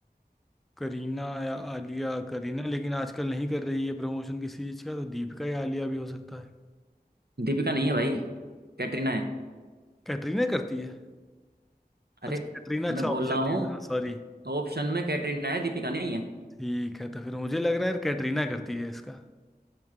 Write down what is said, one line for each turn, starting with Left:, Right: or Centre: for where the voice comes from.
Centre: करीना या आलिया करीना लेकिन आजकल नहीं कर रही है प्रमोशन किसी चीज़ का तो दीपिका या आलिया भी हो सकता है
Right: दीपिका नहीं है भाई कैटरीना है
Centre: कैटरीना करती है
Right: अरे
Centre: अच्छा कैटरीना
Right: मैं
Centre: अच्छा
Right: बोल
Centre: ऑप्शन
Right: रहा हूँ
Centre: दे रहा सॉरी
Right: ऑप्शन में कैटरीना है दीपिका नहीं है
Centre: ठीक है तो फिर मुझे लग रहा है यार कैटरीना करती है इसका